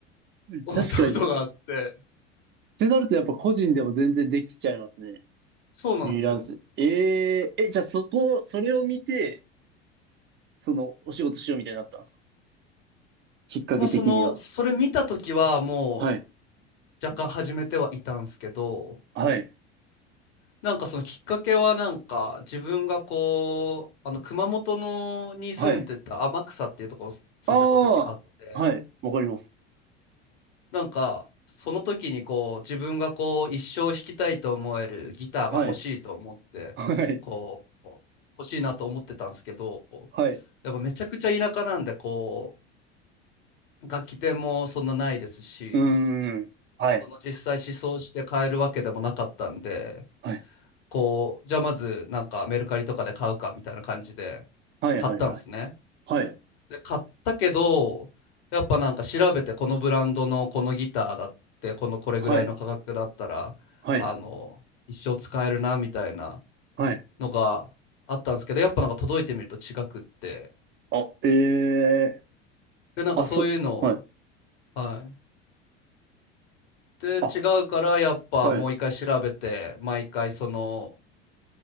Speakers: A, on the left (about 60°); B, on the right (about 35°).
A: <laughs> 思ったことがあって
B: 確かに。ってなるとやっぱ個人でも全然できちゃいますね。
A: そうなんですよ
B: フリーランス。えええ、じゃあそこ、それを見て、その、お仕事しようみたいになったんですかきっかけ的には。
A: まあそのそれ見た時はも
B: はい。
A: う若干始めてはいたんですけど
B: はい。
A: なんかそのきっかけはなんか自分がこうあの熊本のに住んでた天草っていうところに住んでた時あって
B: はい。ああ、はい。わかります。
A: なんか、その時にこう、自分がこう、一生弾きたいと思えるギターが欲しいと思って、
B: はい。はい。
A: こう、欲しいなと思ってたんですけど、
B: はい。
A: やっぱめちゃくちゃ田舎なんで、こう、楽器店もそんなないですし、
B: うーん。はい。
A: その実際試奏して買えるわけでもなかったんで、
B: はい。
A: こう、じゃあまずなんかメルカリとかで買うかみたいな感じで
B: はい。
A: 買ったんですね。
B: はい。はい。はい。
A: で買ったけどやっぱなんか調べてこのブランドのこのギターだってこのこれぐらいの価格だったらあの一生使えるなみたいな
B: はい。はい。はい。
A: のがあったんですけどやっぱなんか届いてみると違くって
B: あ、ええー
A: でなんかそういうのを
B: あ、そ、はい。
A: はいで違うからやっぱもう一回調べて毎回その
B: あ、はい。